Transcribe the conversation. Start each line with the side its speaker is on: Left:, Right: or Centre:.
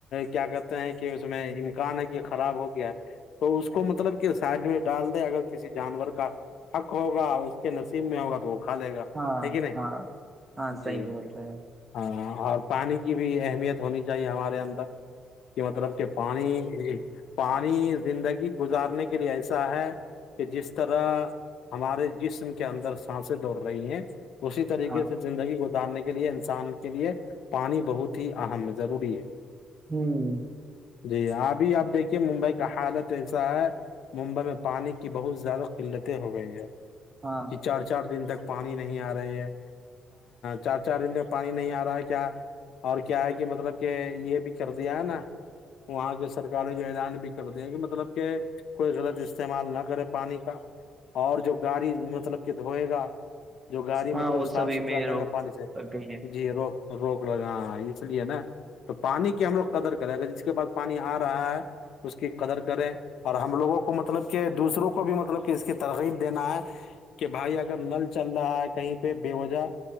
Left: کیا کہتے ہیں کہ اس میں امکان ہے کہ خراب ہو گیا ہے تو اس کو مطلب سائڈ میں ڈال دے اگر کسی جانور کا حق ہوگا اس کے نصیب میں ہوگا تو وہ کھا لے گا
Right: ہاں
Left: ہے کہ نہیں
Right: ہاں ہاں صحیح
Left: جی
Right: بول رہے ہو
Left: ہاں اور پانی کی بھی اہمیت ہونی چاہیے ہمارے اندر کہ مطلب کہ پانی پانی زندگی گزارنے کے لیے ایسا ہے کہ جس طرح ہمارے جسم کے اندر سانسیں دوڑ رہی ہیں اسی طریقے
Right: ہاں
Left: سے زندگی گزارنے کے لیے انسان کے لیے پانی بہت ہی اہم ہے ضروری ہے
Right: ہوں
Left: جی ابھی اب دیکھیے ممبئی کا حالت ایسا ہے ممبئی میں پانی کی بہت زیادہ قلتیں ہو گئی ہیں
Right: ہاں
Left: ج چار چار دن تک پانی نہیں آ رہی ہے چار چار دن میں پانی نہیں آ رہا ہے کیا اور کیا ہے کہ مطلب کہ یہ بھی کر دیا ہے نا وہاں کی سرکار جو اعلان بھی کر د ہیں کہ مطلب کہ کوئی غلط استعمال نہ کرے پانی کا اور جو گاڑی مطلب کہ دھوئے گا جو گاڑی
Right: ہاں
Left: مطلب
Right: وہ
Left: صاف
Right: سبھی
Left: ستھرا
Right: میں
Left: کرے
Right: روک
Left: گا پانی سے
Right: لگ گئی ہے
Left: جی روک روک لگے ہاں اس لیے نا تو پانی کی ہم لوگ قدر کریں اگر جس کے پاس پانی آ رہا ہے اس کی قدر کریں اور ہم ہم لوگوں کو مطلب کہ دوسروں کو بھی مطلب کہ اس کی ترغیب دینا ہے کہ بھائی اگر نل چل رہا ہے کہیں پہ بے وجہ